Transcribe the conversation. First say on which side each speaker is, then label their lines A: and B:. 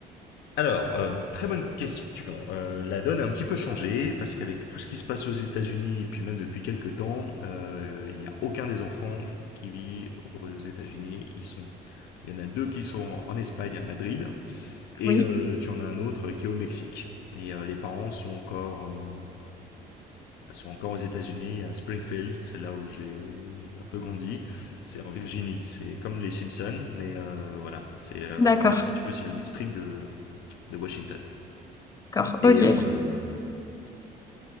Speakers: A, on the left; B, on the left.
A: Alors, euh, très bonne question. Euh, la donne a un petit peu changé parce qu'avec tout ce qui se passe aux États-Unis, et puis même depuis quelques temps, euh, il n'y a aucun des enfants qui vit aux États-Unis. Ils sont Il y en a deux qui sont en Espagne, à Madrid, et
B: Oui,
A: euh, tu en as un autre qui est au Mexique. Et euh, les parents sont encore, euh, sont encore aux États-Unis, à Springfield, c'est là où j'ai un peu grandi. C'est en Virginie, c'est comme les Simpsons, mais euh, voilà. C'est euh,
B: d'accord.
A: en fait, si tu veux, c'est le district de, de Washington.
B: D'accord,
A: Et
B: ok.
A: euh,